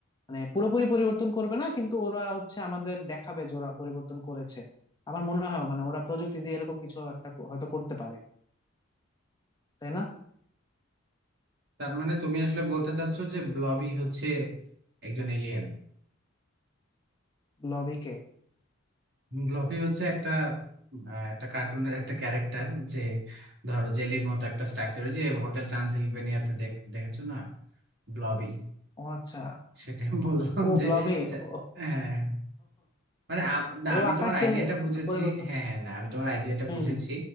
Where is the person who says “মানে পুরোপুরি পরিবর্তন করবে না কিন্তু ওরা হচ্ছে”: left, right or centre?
Left